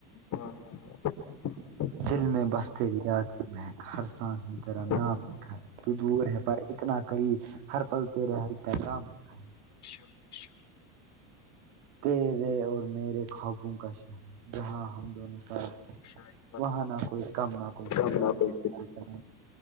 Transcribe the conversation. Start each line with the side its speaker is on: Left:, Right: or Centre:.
Left: ہاں ہاں ج
Right: دل میں بس تری یاد کی مہک ہر سانس میں تیرا
Left: واہ واہ
Right: نام رکھا
Left: واہ واہ۔
Right: ہے تو دور ہے پر اتنا قریب ہر پلتے رہ پیغامکھا
Left: شکریہ شکہ
Right: تیرے اور میرے خوابوں کا شہر جاں ہم دونوں ساتھ
Left: کیا شاعری بتاتی
Right: وہاں نہ
Left: ہوں
Right: کوئی
Left: بھائی
Right: کم نہ کوئی
Left: آپ کی شاعری بتاتے ہو بھائی، کم
Right: فکر
Left: نہ کوئی